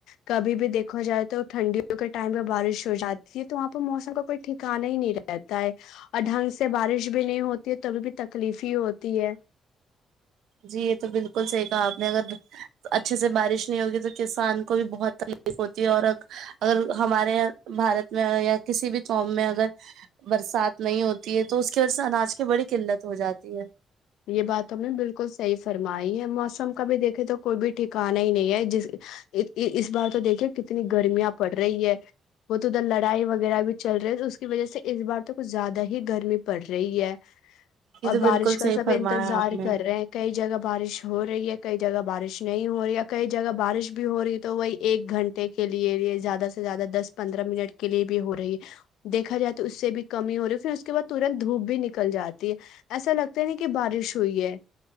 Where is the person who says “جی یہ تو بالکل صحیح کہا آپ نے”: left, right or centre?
Right